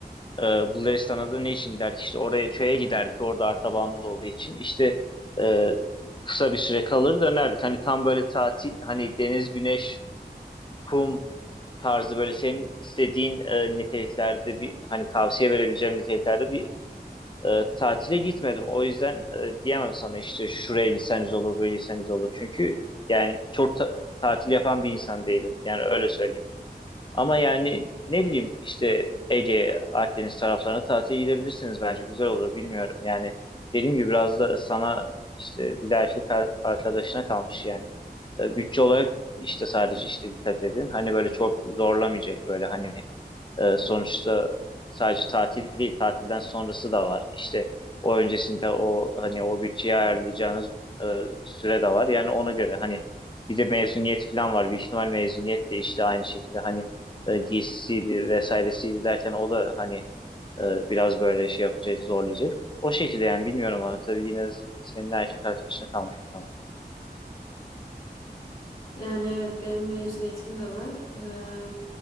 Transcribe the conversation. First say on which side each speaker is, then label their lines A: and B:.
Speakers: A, on the left (about 30°); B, on the left (about 55°).
A: e, Bulgaristan'a da ne için giderdik? İşte oraya köye giderdik. Orada akrabamız olduğu için. İşte e, kısa bir süre kalır dönerdik. Hani tam böyle tatil, hani deniz, güneş, kum tarzı böyle senin istediğin e, niteliklerde bir hani tavsiye verebileceğim niteliklerde bir e, tatile gitmedim. O yüzden e, diyemem sana işte şuraya gitseniz olur, böyle gitseniz olur. Çünkü yani çok ta- tatil yapan bir insan değilim. Yani öyle söyleyeyim. Ama yani ne bileyim işte Ege, Akdeniz taraflarına tatile gidebilirsiniz bence. Güzel olur bilmiyorum. Yani dediğim gibi biraz da sana işte bir de erkek ar- arkadaşına kalmış yani. E, bütçe olarak işte sadece işte dikkat edin. Hani böyle çok zorlamayacak böyle hani ee, sonuçta sadece tatil değil, tatilden sonrası da var. İşte o öncesinde o hani o bütçeyi ayarlayacağınız e, süre de var. Yani ona göre hani bir de mezuniyet falan var. Büyük ihtimal mezuniyet de işte aynı şekilde hani e, DC'di vesairesiydi derken o da hani e, biraz böyle şey yapacak, zorlayacak. O şekilde yani bilmiyorum ama tabii yine de senin erkek arkadaşına kalmış bir konu.
B: Yani evet benim mezuniyetim de var. Ee,